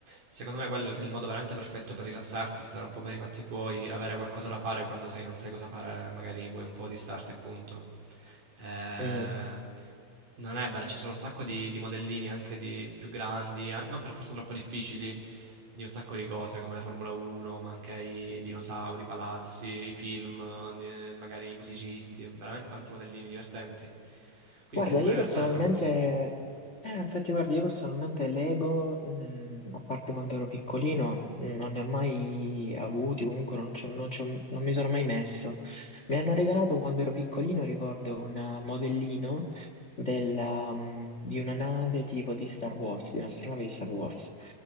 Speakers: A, on the right; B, on the left.
A: secondo me quello è il modo veramente perfetto per rilassarti, stare un po' per i fatti tuoi, avere qualcosa da fare quando sai non sai cosa fare, magari vuoi un po' distarti, appunto. Eh,
B: Mm.
A: non è vero, ci sono un sacco di, di modellini anche di più grandi, a- non per forza troppo difficili, di un sacco di cose come la Formula 1, ma anche i dinosauri, i palazzi, i film, eh, magari i musicisti, veramente tanti modellini divertenti. Quindi
B: Guarda,
A: se ti
B: io
A: vuoi rilassare
B: personalmente,
A: te lo consiglio.
B: eh, infatti guarda, io personalmente Lego, mh, a parte quando ero piccolino, mh, non ne ho mai avuti, comunque non, c'ho- non c'ho- non mi sono mai messo. Mi hanno regalato quando ero piccolino, ricordo, un eh, modellino della, mh, di una nave tipo di Star Wars, di un'astronave di Star Wars.